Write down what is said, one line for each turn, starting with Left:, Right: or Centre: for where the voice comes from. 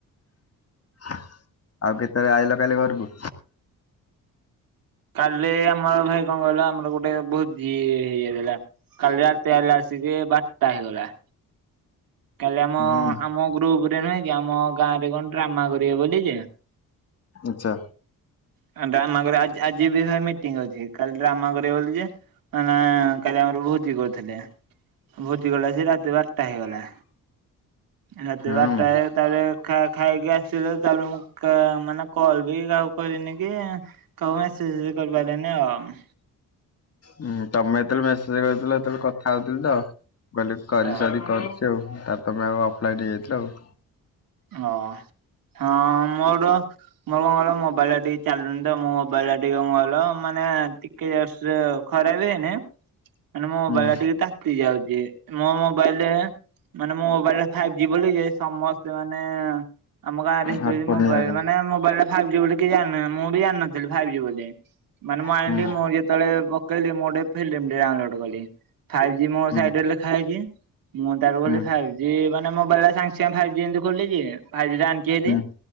Left: ଆଉ କେତେବେଳେ ଆଇଲ କାଲି ଘରକୁ?
Right: କାଲି ଆମର ଭାଇ କଣ କହିଲ ଆମର ଗୋଟେ ଭୋଜି ଇଏ ହେଇଥିଲା କାଲି ରାତି ହେଲା ଆସିକି ବାରଟା ହେଇଗଲା। କାଲି ଆମ
Left: ହୁଁ
Right: ଆମ ଗ୍ରୁପ ରେ ତେଣୁ ନୁହେଁ କି ଆମ ଗାଁ ରେ କଣ ଡ୍ରାମା କରିବେ ବୋଲି ଯେ
Left: ଆଚ୍ଛା
Right: <unintelligible> ଆଜି ଆଜି ଯିବି ଭାରି ମିଟିଙ୍ଗ ଅଛି କାଲି ଡ୍ରାମା କରିବେ ବୋଲି ଯେ ମାନେ କାଲି ଆମର ଭୋଜି କରି ଥିଲି ଭୋଜି କଲାବେଳକୁ ସେଇ ରାତିରେ ବାରଟା ହେଇଗଲା। ରାତି
Left: ହୁଁ।
Right: ବାରଟା ବେଳେ ତାପରେ ଖା ଖାଇକି ଆସିଲୁ ତାପରେ ମୁଁ କା ମାନେ କଲ ବି କାହାକୁ କରିନି କି କାହାକୁ ମେସେଜ କରିପାରିଲିନି ଆଉ।
Left: ହୁଁ ତମେ ଯେତେବେଳେ ମେସେଜ କରିଥିଲ ହେତେବେଳେ କଥା ହଉଥିଲି ତ ଭାବିଲି କରି
Right: ଓ
Left: ସାରି କରୁଛି ଆଉ। ତାହେଲେ ତମ ଆଉ ଅଫଲାଇନ ହେଇ ଯାଇଥିଲ ଆଉ।
Right: ହଁ ହଁ ମୋର ମୋର କଣ କହିଲ ମୋବାଇଲ ଟା ଟିକେ ଚାଲୁନି ତ ମୋ ମୋବାଇଲ ଟା ଟିକେ କଣ କହିଲ ମାନେ ଟିକେ ସେ ଖରାପ ହେଇନି ମାନେ ମୋ ମୋବାଇଲ
Left: ହୁଁ।
Right: ଟା ଟିକେ ତାତି ଯାଉଚି। ମୋ ମୋବାଇଲରେ ମାନେ ମୋ <unintelligible> ବୋଲି ଯାଇ ସମସ୍ତ ସେମାନେ ଆମ ଗାଁରେ ହେତେବେଳେ
Left: ହଟସ୍ପଟ
Right: ମୋବାଇଲ
Left: ନେଇ ଯାଉଛନ୍ତି
Right: ମାନେ ମୋବାଇଲ ଟା ବାହାରିଚି ବୋଲି କିଏ ଜାଣିନ ମୁଁ ବି ଜାଣିନଥିଲି ବାହାରିଚି ବୋଲି ମାନେ ମୁଁ ଆଣିଲି
Left: ହୁଁ
Right: ମୁଁ ଯେତେବେଳେ କହିଲେ ମୁଁଟେ ଫିଲିମି ଟେ ଡାଉନଲୋଡ କଲି। ଫାଇଭ୍ ଜି ମୋ
Left: ହୁଁ
Right: ସାଇଡ଼ରେ ଲେଖାହେଇଜି। ମୁଁ ତାର କଲି
Left: ହୁଁ
Right: ଫାଇଭ୍ ଜି। ମାନେ ମୋବାଇଲ୍ ସାଙ୍ଗେସାଙ୍ଗେ ଫାଇଭି ଯେମିତି ଖୋଲିଚି ଏ। ଫାଇଭଜି ଟା ଆଣିକିରି
Left: ହୁଁ